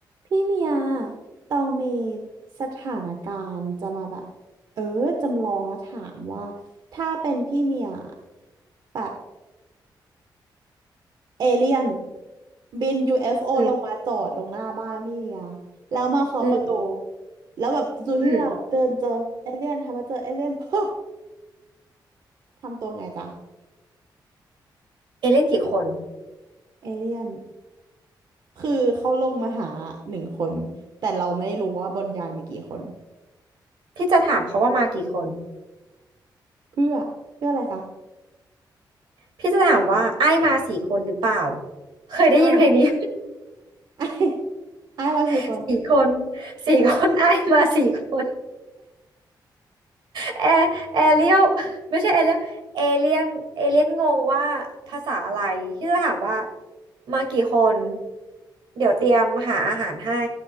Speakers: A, on the right (about 60°); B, on the right (about 80°).
A: พี่เมียตองมีสถานการณ์จะมาแบบเออจำลองแล้วถามว่าถ้าเป็นพี่เมียแบบเอเลี่ยนบินยูเอฟ f อลงมาจอดลงหน้าบ้านพี่เมีย
B: อืม
A: แล้วมาเคาะประตู
B: อืม
A: แล้วแบบจู่ๆพี่เมียเดินเจอเอเลี่ยนทำมาเจอเอเลี่ยนปึ๊บ
B: อืม
A: ทำตัวไงจ๊ะ
B: เอเล่นกี่คน
A: เอเลี่ยนคือเขาลงมาหาหนึ่งคนแต่เราไม่รู้ว่าบนยานมีกี่คน
B: พี่จะถามเขาว่ามากี่คน
A: เพื่อเพื่ออะไรคะ
B: พี่จะถามว่าไอ้มาสี่คนหรือเปล่าเคยได้ยินเพลงนี้
A: อ้ายอ้ายอ้ายมาสี่คน
B: <laughs> สี่คนสี่คนไอ้มาสี่คนแอร์แอเรียลไม่ใช่แอเรียลเอเลียนเอเลียนงงว่าภาษาอะไรพี่จะถามว่ามากี่คนเดี๋ยวเตรียมหาอาหารให้